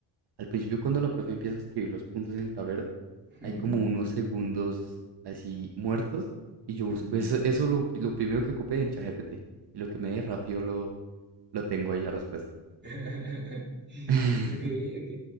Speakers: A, on the right; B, on the right.
A: Al principio, cuando la profe empieza a escribir los puntos en el tablero,
B: Mm,
A: hay como unos segundos así muertos. Y yo busco
B: mm.
A: eso, eso lo, lo primero que ocupé en ChatGPT. Y lo que me dé rápido lo, lo tengo ahí la respuesta.
B: <laughs>
A: <laughs>
B: Ok, ok.